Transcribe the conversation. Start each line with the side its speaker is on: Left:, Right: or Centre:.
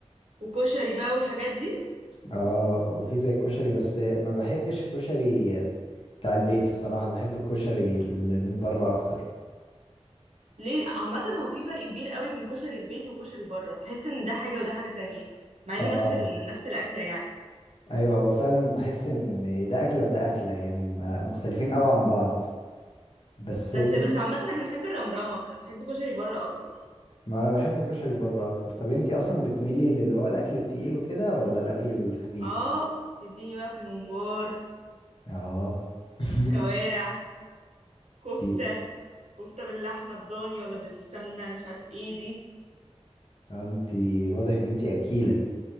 Right: وكشري بقى والحاجات دي
Left: اه هو في زي الكشري بس آه، ما بحبش الكشري بتاع البيت الصراحه بحب الكشري اللي من بره اكتر
Right: ليه عامه هو في فرق كبير قوي بين كشري البيت وكشري بره تحس ان ده حاجه وده حاجه تانية مع انه
Left: اه
Right: نفس ال... نفس الاكله يعني
Left: ايوه هو فعلا بحس ان ده اكله وده اكله يعني ما- مختلفين قوي عن بعض بس
Right: بس
Left: ال-
Right: بس عامه احنا بنحب الرمرامه فانا بحب كشري بره اكتر
Left: ما انا بحب كشري بره اكتر طب انتي اصلا بتميلي للي هو الاكل التقيل وكده ولا الاكل الخفيف
Right: اه تديني بقى في الممبار
Left: اه <laughs>
Right: كوارع كفته
Left: انتي
Right: كفته باللحمه الضاني ولا بالسمنه مش عارف ايه دي
Left: انتي واضح ان انتي اكيلة